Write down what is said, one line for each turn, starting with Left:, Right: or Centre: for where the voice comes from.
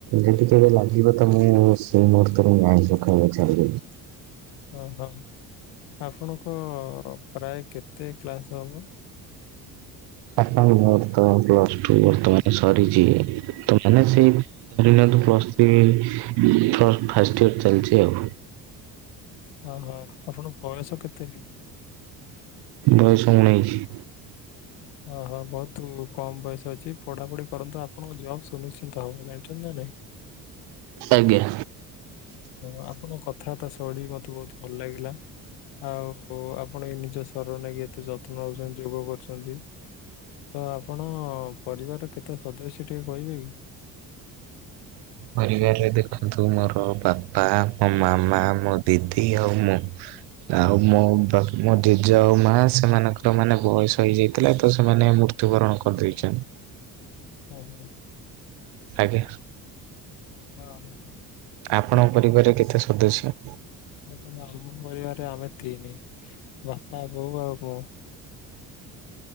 Right: ଯଦି <unintelligible> ଲାଗିବ ତ ମୁଁ ସେଇ ମୁହୂର୍ତ୍ତରେ ମୁଁ ଆଇଁସ ଖାଇବା ଛାଡିଦେବି।
Left: ଓ ହଁ ଆପଣଙ୍କ ପ୍ରାୟ କେତେ କ୍ଲାସ ହବ।
Right: ଆପଣଙ୍କୋର ତ ପ୍ଲସ୍ ଟୁ ବର୍ତ୍ତମାନ ସରିଛି। ତ ମାନେ ସେଇ ଧରିନିଅନ୍ତୁ ପ୍ଲସ ଥ୍ରୀ ଥର୍ ଫାଷ୍ଟ ଇୟର ଚାଲିଛି ଆଉ
Left: ଓ ହଁ ଆପଣ ବୟସ କେତେ?
Right: ବୟସ ଉଣେଇଷି
Left: ଓହୋ ବହୁତ କମ ବୟସ ଅଛି ପଢାପଢି କରନ୍ତୁ ଆପଣଙ୍କ ଜବାବ ସୁନିଶ୍ଚିନ୍ତ ହବ ଜାଣିଛନ୍ତି ନା ନାଇଁ?
Right: ଆଜ୍ଞା।
Left: ହଁ, ଆପଣଙ୍କ କଥାବାର୍ତ୍ତା ଶୈଳୀ ମତେ ବହୁତ ଭଲ ଲାଗିଲା। ଆଉ ଆପଣ ବି ନିଜ ଶରୀର ନେଇକି ଏତେ ଯତ୍ନ ନେଉଛନ୍ତି ଯୋଗ କରୁଛନ୍ତି। ତ ଆପଣ ପରିବାରର କେତେ ସଦସ୍ୟ ଟିକେ କହିବେ କି?
Right: ପରିବାରରେ ଦେଖନ୍ତୁ ମୋର ବାପା ମୋ ମାମା ମୋ ଦିଦି ଆଉ ମୁଁ ଆଉ ମୋ ବା ମୋ ଜେଜେ ଆଉ ମା ସେମାନଙ୍କର ମାନେ ବୟସ ହେଇଯାଇଥିଲା ତ ସେମାନେ ମୃତ୍ୟୁବରଣ କରିଦେଇଛନ୍ତି।
Left: ହଁ।
Right: ଆଜ୍ଞା।
Left: ହଁ,
Right: ଆପଣଙ୍କ ପରିବାରରେ କେତେ ସଦସ୍ୟ?
Left: ଦେଖନ୍ତୁ ଆମ ପରିବାର ଆମେ ତିନି ବାପା ବୋଉ ଆଉ ମୁଁ